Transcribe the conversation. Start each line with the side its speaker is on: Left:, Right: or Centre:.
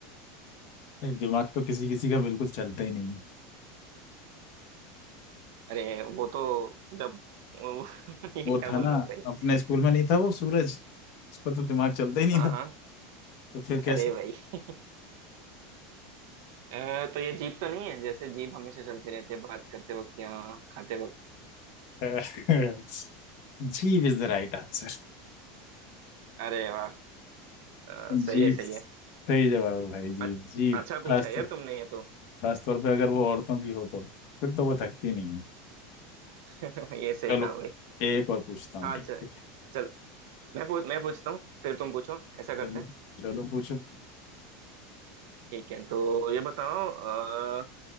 Left: नहीं, दिमाग तो किसी किसी का बिल्कुल चलता ही नहीं है
Right: अरे वो तो जब <laughs> वो- ये
Left: वो
Right: क्या
Left: था
Right: बोल
Left: ना
Right: रहे हो भाई
Left: अपने स्कूल में नहीं था वो सूरज उसका तो दिमाग चलता ही नहीं
Right: हाँ
Left: था
Right: हाँ
Left: तो फिर कैसे
Right: अरे भाई अ, तो ये जीप तो नहीं है जैसे जीप हमेशा चलती रहती है बात करते वक्त या खाते वक्त
Left: <laughs> जीभ इज द राइट आंसर
Right: अरे वाह अ, सही
Left: जीभ
Right: है
Left: सही
Right: सही है
Left: जवाब है भाई जीभ
Right: अच-
Left: जीभ
Right: अच्छा
Left: खास
Right: पूछा यार
Left: तो,
Right: तुमने ये तो
Left: खास तौर पे अगर वो औरतों की हो तो फिर तो वो थकती नहीं है
Right: <laughs> ये सही
Left: चलो
Right: कहा भाई
Left: एक और पूछता हूँ
Right: हाँ
Left: ठीक
Right: चल
Left: है
Right: चल मैं पूछ मैं पूछता हूँ फिर तुम पूछो ऐसा करते
Left: चलो
Right: हैं
Left: चलो पूछो
Right: ठीक है तो ये बताओ अ,